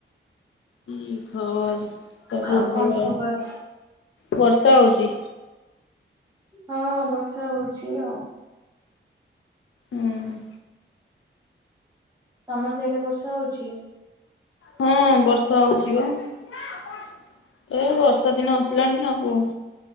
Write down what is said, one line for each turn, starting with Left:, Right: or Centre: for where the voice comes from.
Left: କି ଖବର ସବୁ
Right: ଆଉ କଣ
Left: ଭଲ
Right: ଖବର?
Left: ବର୍ଷା ହଉଚି?
Right: ହଁ ବର୍ଷା ହଉଛି ଆଉ।
Left: ହୁଁ।
Right: ତମ ସେଡେ ବର୍ଷା ହଉଛି?
Left: ହଁ ବର୍ଷା ହଉଛି ବା। ଏ ବର୍ଷା ଦିନ ଆସିଲାଣି ଆଉ